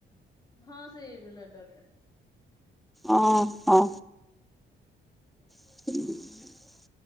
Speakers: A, on the left; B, in the centre.
A: ହଁ ସେଇ ଲ୍ୟାଦର୍ ରେ।
B: ଅଁ ହଁ।
A: <inaudible>
B: <inaudible>